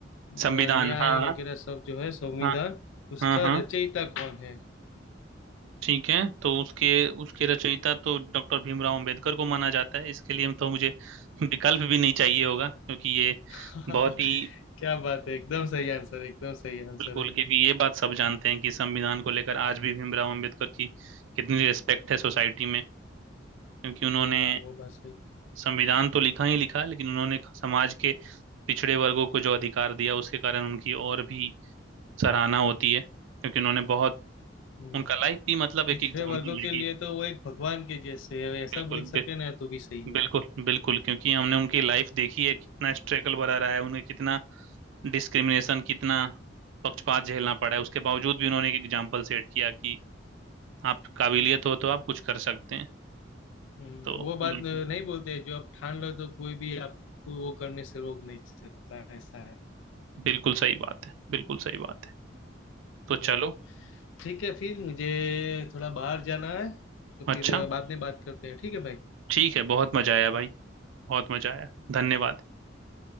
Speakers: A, on the right; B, on the left.
A: संविधान
B: न- न्याय
A: हाँ
B: वगैरह
A: हाँ
B: सब जो है संविधान
A: हाँ
B: उसका
A: हाँ हाँ
B: रचयिता कौन है
A: ठीक है तो उसके उसके रचयिता तो डॉक्टर भीमराव अंबेडकर को माना जाता है इसके लिए तो मुझे विकल्प भी नहीं चाहिए होगा क्योंकि ये
B: <laughs>
A: बहुत ही
B: क्या बात है एकदम सही आंसर एकदम सही आंसर
A: बिल्कुल
B: है
A: क्योंकि ये बात सब जानते हैं कि संविधान को लेकर आज भी भीमराव अंबेडकर की कितनी रिस्पेक्ट है सोसाइटी में क्योंकि उन्होंने
B: हाँ वो बात सही
A: संविधान तो लिखा ही लिखा लेकिन उन्होंने समाज के पिछड़े वर्गों को जो अधिकार दिया उसके कारण उनकी और भी सराहना होती है क्योंकि उन्होंने बहुत
B: हम्म।
A: उनका लाइफ भी मतलब एक
B: पिछड़े
A: एग्जाम्पल
B: वर्गों
A: है
B: के
A: कि
B: लिए तो वो एक भगवान के जैसे है ऐसा
A: बिल्कुल
B: बोल
A: बि,
B: सके ना तो भी सही है
A: बिल्कुल बिल्कुल क्योंकि हमने उनकी लाइफ देखी है कितना स्ट्रगल भरा रहा है उन्हें कितना डिस्क्रिमिनेशन कितना पक्षपात झेलना पड़ा है उसके बावजूद भी उन्होंने एक एग्जाम्पल सेट किया कि आप काबिलियत हो तो आप कुछ कर सकते हैं
B: हम्म,
A: तो
B: वो बात
A: बिल्कुल
B: न- नहीं बोलते जो आप ठान लो तो कोई भी आपको वो करने से रोक नहीं सकता ऐसा है
A: बिल्कुल सही बात है बिल्कुल सही बात है तो
B: हम्म।
A: चलो
B: ठीक है फिर मुझे थोड़ा बाहर जाना है तो
A: अच्छा
B: फिर बाद में बात करते हैं ठीक है भाई
A: ठीक है बहुत मजा आया भाई बहुत मजा आया धन्यवाद